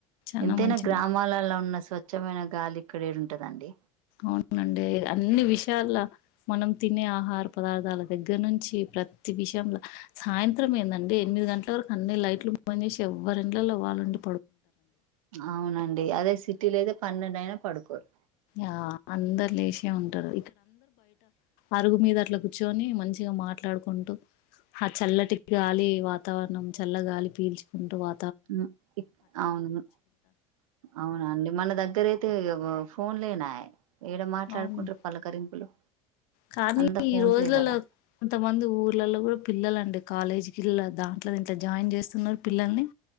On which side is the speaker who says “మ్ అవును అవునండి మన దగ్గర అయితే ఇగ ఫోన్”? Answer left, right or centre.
Right